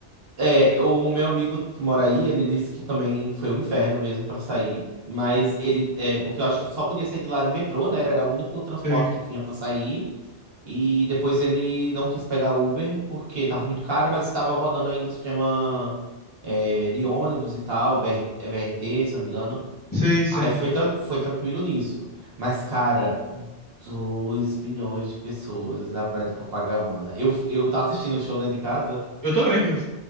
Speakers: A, on the right (about 60°); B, on the left (about 20°).
A: É, o meu amigo que mora aí, ele disse que também foi um inferno mesmo pra sair, mas ele, é, porque eu acho que só podia sair de lá de metrô, né? Era o único transporte
B: Sim,
A: que tinha pra sair. E depois ele não quis pegar Uber porque tava muito caro, mas estava rodando ainda o sistema é, de ônibus e tal, B BR, é B R T se eu não me engano.
B: sim, sim.
A: Aí foi, tran- foi tranquilo nisso. Mas, cara, 2 milhões de pessoas na praia de Copacabana. Eu, eu tava assistindo o show, né, de casa.
B: Eu também. eu-